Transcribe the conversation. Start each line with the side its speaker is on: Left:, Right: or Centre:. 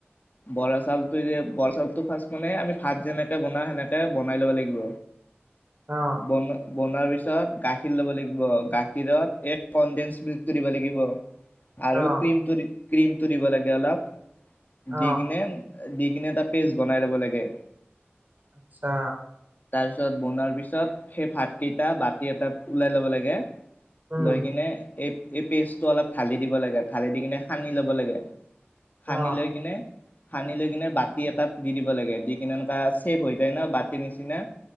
Left: বৰা চাউলটো বৰা চাউলটো ফাৰ্ষ্ট মানে আমি ভাত যেনেকে বনাও সেনেকে বনাই ল'ব লাগিব।
Right: অ
Left: বন বনোৱাৰ পিছত গাখীৰ ল'ব লাগিব গাখীৰত এই কনডেনস মিল্কটো দিব লাগিব। আৰু
Right: অ
Left: ক্ৰীম ক্ৰীমটো দিব লাগে অলপ,
Right: অ
Left: দি কিনে দি কিনে এটা পেষ্ট বনাই ল'ব লাগে।
Right: আচ্ছা,
Left: তাৰপিছত বনোৱাৰ পিছত সেই ভাতকেইটা বাতি এটাত ওতলাই ল'ব লাগে।
Right: উম
Left: লৈ কিনে এই এই পেষ্টটো অলপ ঢালি দিব লাগে, ঢালি দি কিনে সানি ল'ব লাগে। সানি
Right: অ
Left: লৈ কিনে সানি লৈ কিনে বাতি এটাত দি দিব লাগে দি কিনে এনেকোৱা চেভ হৈ যায় ন বাতিৰ নিচিনা।